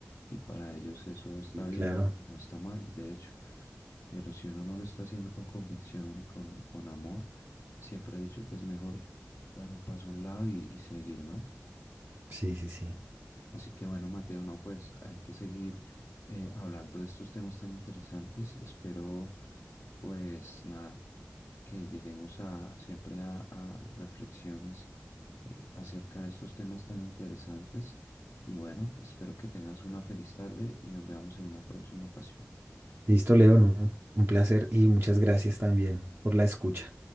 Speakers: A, on the left (about 85°); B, on the right (about 50°).
A: y para ellos eso está bien
B: Claro.
A: y no está mal, de hecho, pero si uno no lo está haciendo con convicción y con, con amor, siempre he dicho que es mejor dar un paso a un lado y, y seguir, ¿no?
B: Sí, sí, sí.
A: Así que bueno, Mateo, no, pues hay que seguir eh, hablando de estos temas tan interesantes. Espero, pues nada, que lleguemos a siempre a, a reflexiones eh, acerca de estos temas tan interesantes. Y bueno, espero que tengas una feliz tarde y nos veamos en una próxima ocasión.
B: Listo, Leo, ¿no? Un placer y muchas gracias también por la escucha.